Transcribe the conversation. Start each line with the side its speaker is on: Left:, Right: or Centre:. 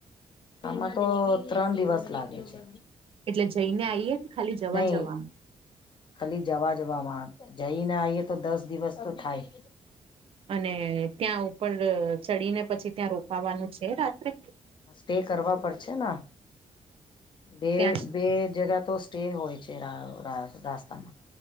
Left: આમાં તો ત્રણ દિવસ લાગે છે
Right: એટલે જઈને આઈએ કે ખાલી જવા
Left: નઈ
Right: જવામાં
Left: ખાલી જવા જવાવામાં આવે જઈને આએ તો દસ દિવસ તો થાય.
Right: અને ત્યાં ઉપર ચડીને પછી ત્યાં રોકાવાનું છે રાત્રે.
Left: તેે કરવા પડશેને બે
Right: ત્યાં
Left: બે જગા તો સ્ટે હોય છે રાસ્તામાં.